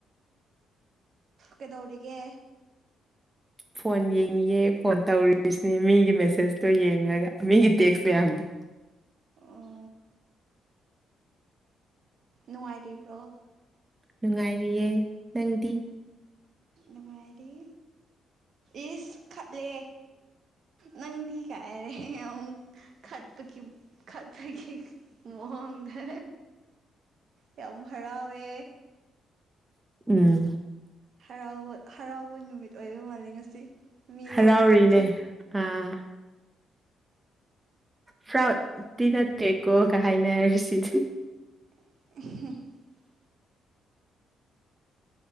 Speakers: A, on the right; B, on the right.
A: ꯀꯩꯗꯧꯔꯤꯒꯦ
B: ꯐꯣꯟ ꯌꯦꯡꯉꯑꯦ ꯐꯣꯟ ꯇꯧꯔꯤꯁꯤꯅꯦ ꯃꯤ ꯒꯤ ꯃꯦꯁꯦꯁꯇꯣ ꯌꯦꯡꯉꯒ ꯃꯤꯒꯤ ꯇꯦꯛꯁ ꯃꯌꯥꯝꯗꯣ
A: ꯑꯣ ꯅꯨꯡꯉꯥꯏꯔꯤꯕ꯭ꯔꯣ
B: ꯅꯨꯡꯉꯥꯏꯔꯤꯌꯦꯦ ꯅꯪꯗꯤ
A: ꯅꯨꯡꯥꯏꯔꯤ ꯏꯁ ꯈꯠꯂꯦ ꯅꯪꯗꯤ ꯀꯥꯏꯑꯦꯔꯦ ꯑꯃꯨꯛ ꯈꯠꯄꯒꯤ ꯈꯠꯄꯒꯤ ꯃꯑꯣꯣꯡꯗ ꯌꯥꯝ ꯍꯔꯥꯎꯋꯦ
B: ꯎꯝ
A: ꯍꯔꯥꯎꯕ ꯍꯔꯥꯎꯕ ꯅꯨꯃꯤꯠ ꯑꯣꯏꯕ ꯃꯥꯜꯂꯤ ꯉꯁꯤ ꯃꯤꯔꯣꯏꯅꯃꯛꯃꯛꯈꯤ
B: ꯍꯔꯥꯎꯔꯤꯅꯦ ꯑꯥ ꯐ꯭ꯔꯥꯎꯗꯤꯤ ꯅꯠꯇꯦꯀꯣꯒ ꯍꯥꯏꯅꯔꯤꯁꯤ
A: <inaudible>